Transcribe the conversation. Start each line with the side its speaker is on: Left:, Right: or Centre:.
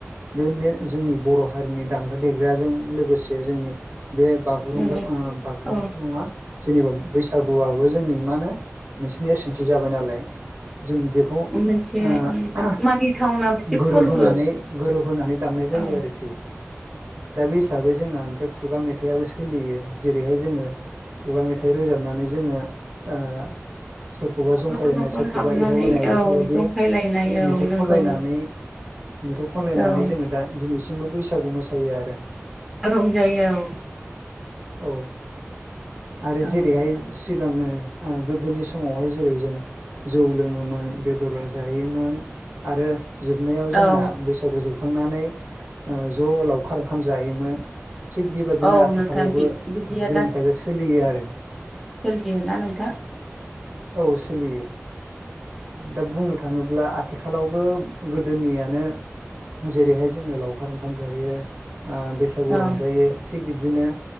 Right: बे ने- जोंनि बर' हारिनि दामग्रा देग्राजों लोगोसे जोंनि बे बागुरुम्बा
Centre: नंगौ
Right: ओ बागुरुम्बाथ'
Centre: औ
Right: नङा जेनेबा बैसागुआबो जोंनि मा होनो मोनसे नेरसोनथि जाबाय नालाय जों बेखौ
Centre: मोनसे
Right: बे
Centre: मानिथावना मोनसे
Right: गोरोबहानै
Centre: फोरबो
Right: गोरोबहानै दामनाय जायो
Centre: औ
Right: आरोखि दा बे हिसाबै जोंना ओमफ्राय खुगा मेथाइाबो सोलियो जेरैहाय जोङो खुगा मेथाइ रोजाबनानै जोङो ओ सोरखौबा
Centre: न'खर
Right: जंखायलायनाय
Centre: न'खर
Right: सोरखौबा
Centre: हाबनानै
Right: एदावलायनाय बेफोरबायाददि
Centre: औ जंखायलायनाय
Right: मेथाइ
Centre: औ नंगौ
Right: खनलायनानै मेथाइ खनलायनानै
Centre: औ
Right: जोङो दा दिनैसिमबो बैसागु मोसायो आरो
Centre: रंजायो औ।
Right: औ आरो
Centre: औ
Right: जेरैहाय
Centre: औ
Right: सिगाङो ओ गोदोनि स मावहाय जेरै जों जौ लोङोमोन बेदर जायोमोन आरो जोबनायाव जोंना
Centre: औ
Right: बैसागु जोबखांनानै ज' लावखार ओंखाम जायोमोन। थिग बेबादिनो
Centre: औ
Right: आथिखालावबो
Centre: नोंथां बिदिया
Right: जोंनिखायज सोलियो आरो
Centre: <unintelligible> ना नोंथां
Right: औ सोलियो दा बुंनो थाङोब्ला आथिखालावबो गोदोनियानो जेरैहाय जोङो लावखार ओंखाम जायो। आ बैसागु
Centre: औ
Right: रंजायो थिग बिदिनो